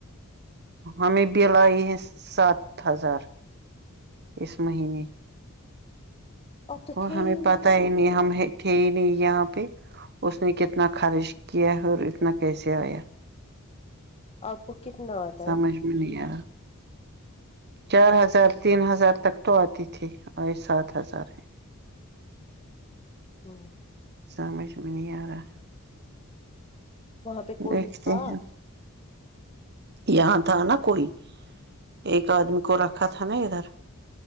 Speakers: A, on the right; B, on the left.
A: ہمیں بل آئی ہے سات ہزار اس مہینے
B: اب تو
A: اور
B: تھے
A: ہمیں
B: ہی
A: پتا ہی نہیں
B: اس میں
A: ہم تھے ہی نہیں یہاں پہ اس نے کتنا کھرچ کیا کیا ہو اتنا کیسے آیا
B: آپ کو کتنا آتا
A: سمجھ
B: ہے
A: میں نہیں یار چار ہزار تین ہزار تک تو آتی تھی سات ہزار ہے
B: ہوں
A: سمجھ میں نہیں آرہا ہے
B: وہاں پہ کوئی
A: دیکھتے
B: تھا
A: ہیں
B: <inaudible>
A: یہاں تھا نا کوئی ایک آدمی کو رکھا تھا نا ادھر